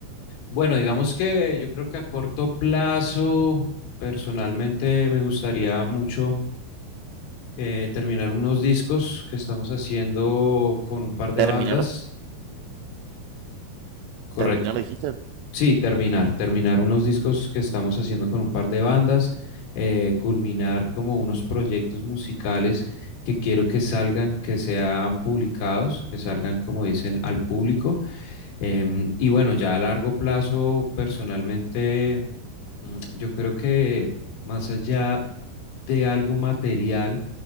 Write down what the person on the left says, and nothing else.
Bueno, digamos que yo creo que a corto plazo, personalmente me gustaría mucho eh, terminar unos discos que estamos haciendo con un par de
bandas, correcto.
Sí, terminar, terminar unos discos que estamos haciendo con un par de bandas, eh, culminar como unos proyectos musicales que quiero que salgan, que sean publicados, que salgan, como dicen, al público. Em, y bueno, ya a largo plazo, personalmente, mm, yo creo que más allá de algo material,